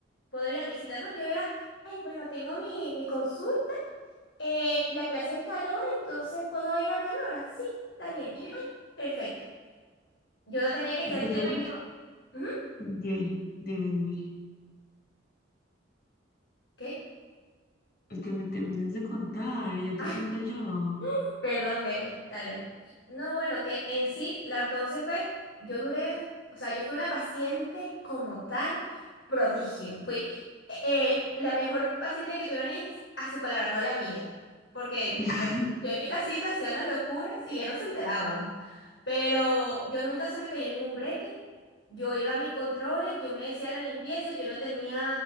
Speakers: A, on the left; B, on the left.
A: puedo ir a mi cita, no, yo era, ay, bueno, tengo mi, mi consulta, eh, la clase es tal hora, entonces puedo ir a tal hora. Sí, está bien. Y yo, ay, perfecto. Yo no tenía que estar
B: Pues
A: el tema.
B: yo cuando...
A: Ujú,
B: Dime, dime, dime.
A: ¿Qué?
B: Es que me termines de contar, ya te
A: Ah,
B: cuento yo.
A: <laughs> perdón, Bella, está bien. No, bueno, que en sí la ortodoncia fue, yo duré, o sea, yo fui una paciente como tal, prodigio. Fui eh, la mejor paciente que tuvieron ellas a su palabra, no la mía. Porque
B: <laughs>
A: yo, yo en mi casita hacía unas locuras y ya no se enteraban. Pero yo nunca se me cayó ningún breaker. Yo iba a mis controles, yo me decía la limpieza, yo no tenía,